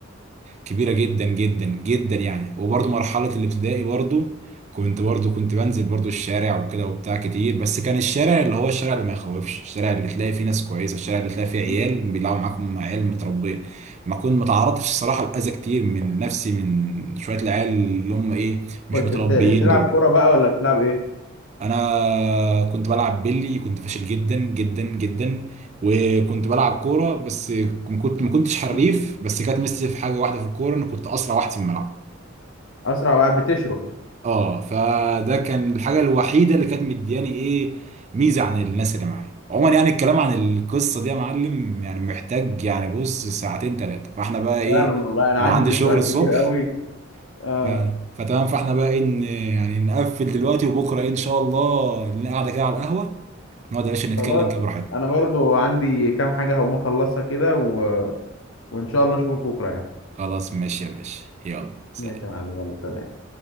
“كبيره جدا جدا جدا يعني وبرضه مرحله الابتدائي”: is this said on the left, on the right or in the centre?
Right